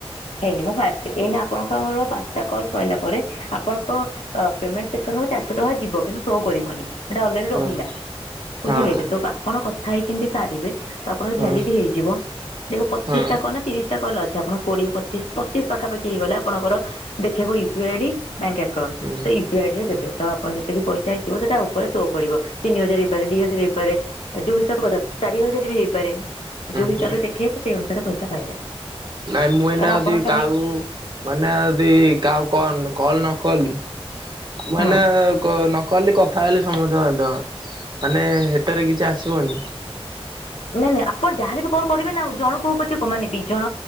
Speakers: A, on the left; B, on the right.
A: ହେଇନି ନା ମୁଁ ଫାଷ୍ଟ ଏଇନା ଆପଣଙ୍କର ପାଞ୍ଚ ଏୟିଟା କଲ୍ ସରିଲା ପରେ ଆପଣଙ୍କ ଅ ପେମେଣ୍ଟ ସେକ୍ସନ ରୁ ଚାରିଶହ ଟଙ୍କା ଯିବ କିନ୍ତୁ ଶୋ କରିବନି। ସେଟା ଅଲରେଡି
B: ହଁ
A: ରହିଲା ବୁଝିଲେ
B: ହଁ
A: ଯେ ତ ଆପଣ କଥା ହେଇ କେମତି ସାରିବେ ତ ଆପଣଙ୍କ
B: ହଁ
A: ଭ୍ୟାଲିଡି ହେଇଯିବ ଦେଖ ପଚିଶ
B: ହଁ
A: ଟା କ ନା ପଚିଶଟା କଲ୍ ଅଛି ଆପଣ କୋଡିଏ ପଚିଶ ପଚିଶ ପାଖା ପାଖି ହେଇଗଲା ଆପଣଙ୍କର ଦେଖେଇବ U P I D bank account
B: ହୁଁ ହୁଁ
A: ତ ୟୁପି ଆଇ ରେ
B: ହୁଁ
A: ଦେବେ ତ ଆପଣ କି ପଇସା ହେଇଥିବ ସେଟା ଉପରେ ସୋ କରିବ ତିନି ହଜାର ହେଇପାରେ ଦି ହଜାର ହେଇପାରେ ଯଉ ହିସାବରେ <unintelligible> ଚାରି ହଜାର ହେଇପାରେ ଯୋଉ ହିସାବରେ
B: ହୁଁ
A: ଦେଖେଇବ ସେଇ ଅନୁସାରେ ପଇସା ପାଇବେ।
B: ନାଇଁ ମୁଁ ଏଇନା
A: କାରଣ
B: ଯଦି
A: ଆପଣ ଖାଲି
B: କାଉ ମାନେ ଯଦି କାଉ କଣ କଲ ନ କଲି ମୁଁ
A: ହୁଁ।
B: ଏନା କ ନ କଲି ଥାଏଲେ ସମସ୍ତେ ମାରିଦେବା ମାନେ ହେଟାରେ କିଛି ଆସିବନି।
A: ନାଇଁ ନାଇଁ ଆପଣ ଯାହାଲେ ବି କଣ କରିବେ ନା ଆଉ ଜଣକୁ କୋଉ ପଛେ ମାନେ ଦି ଜଣ